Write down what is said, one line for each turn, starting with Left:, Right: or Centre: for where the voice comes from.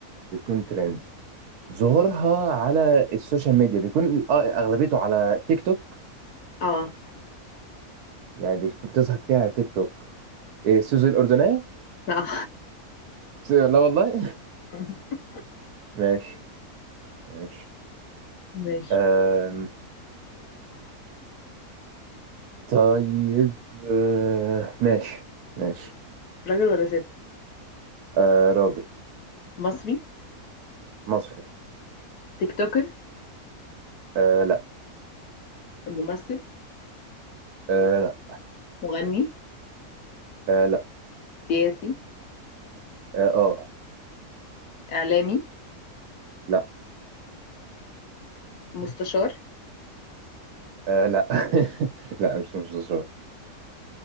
Right: بتكون ترند ظهورها على السوشيال ميديا بيكون آه، أغلبيته على تيك توك
Left: اه
Right: يعني بتكون بتظهر كتير على تيك توك إيه سوزو الأردنية؟
Left: لا
Right: سوزو- لا والله
Left: <laughs>
Right: <laughs> ماشي ماشي
Left: ماشي
Right: أم... طيب أه... ماشي ماشي
Left: راجل ولا ست
Right: أه... راجل
Left: مصري
Right: مصري
Left: تيك توكر
Right: أه... لا
Left: ممثل
Right: أه... لا
Left: مغني
Right: أه... لا
Left: سياسي
Right: أه... آه.
Left: إعلامي
Right: لا
Left: مستشار
Right: أه... لا <laughs> لا مش مش مصري